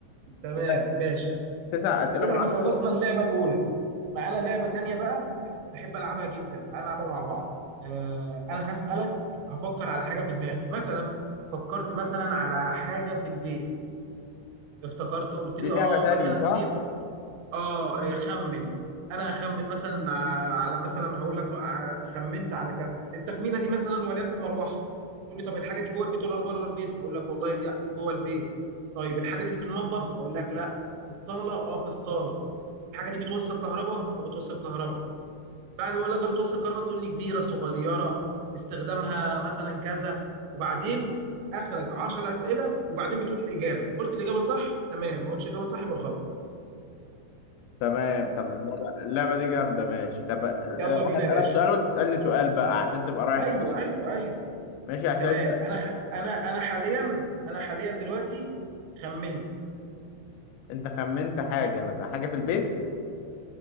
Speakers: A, on the right (about 80°); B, on the left (about 90°).
A: تمام
B: كده
A: ماشي
B: تسع اسئله
A: كده
B: من
A: احنا
B: عشرة
A: خلصنا اللعبه الاولى معانا لعبه تانية بقى بحب العبها جدا تعال نلعبها مع بعض آه انا هسالك هفكر على حاجه في دماغي مثلا فكرت مثلا على حاجه في البيت افتكرت قلت
B: دي
A: لي
B: لعبه
A: اه
B: تانيه
A: مثلا
B: صح؟
A: سيف اه إيه، خمن انا هخمن مثلا ع- على مثلا هقول لك ما- ع- خمنت على كذا التخمينه دي مثلا وليكن مروحه تقول لي طب الحاجه دي جوه البيت ولا بره البيت هقول لك والله دي دي جوه البيت طيب الحاجه دي في المطبخ هقول لك لا في الصاله اه في الصاله الحاجه دي بتوصل كهرباء اه بتوصل كهرباء بعد ما اقول لك بقى بتوصل كهرباء تقول لي كبيره صغيره استخدامها مثلا كذا وبعدين اخرك 10 اسئله وبعدين بتقول الاجابه قلت الاجابه صح تمام ما قلتش الاجابه صح يبقى غلط
B: تمام طب اللعبه اللعبة دي جامده ماشي طب آه،
A: يلا بينا
B: انا اسالك
A: يا باشا
B: سؤال وانت تسالني سؤال بقى عشان تبقى رايح
A: ايوه
B: جاي
A: ايوه ايوه
B: ماشي عشان
A: تمام
B: انت
A: انا خ... انا انا حاليا انا حاليا دلوقتي خمنت
B: انت خمنت حاجه مثلا حاجه في البيت